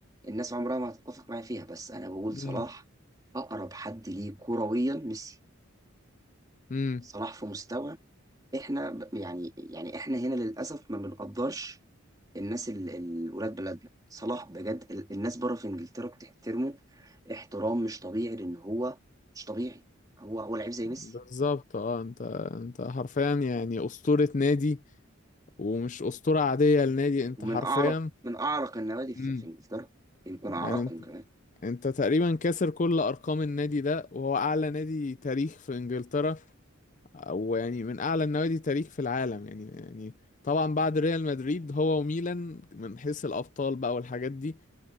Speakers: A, on the right; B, on the left.
A: الناس عمرها ما هتتفق معايا فيها بس انا بقول
B: امم
A: صلاح اقرب حد ليه كرويا ميسي
B: امم
A: صلاح في مستوى احنا ب- يعني يعني احنا هنا للاسف ما بنقدرش الناس ال- ال- ولاد بلدنا صلاح بجد ال- الناس بره في انجلترا بتحترمه احترام مش طبيعي لان هو مش طبيعي هو هو لعيب زي
B: بالظبط
A: ميسي
B: اه انت انت حرفيا يعني اسطورة نادي ومش اسطورة عادية لنادي انت
A: ومن
B: حرفيا
A: اعرق من اعرق النوادي في,
B: امم
A: في انجلترا يمكن اعرقهم
B: يعني انت
A: كمان
B: انت تقريبا كاسر كل ارقام النادي ده وهو اعلى نادي تاريخ في انجلترا ويعني من اعلى النوادي تاريخ في العالم يعني يعني طبعا بعد ريال مدريد هو وميلان من حيث الابطال بقى والحاجات دي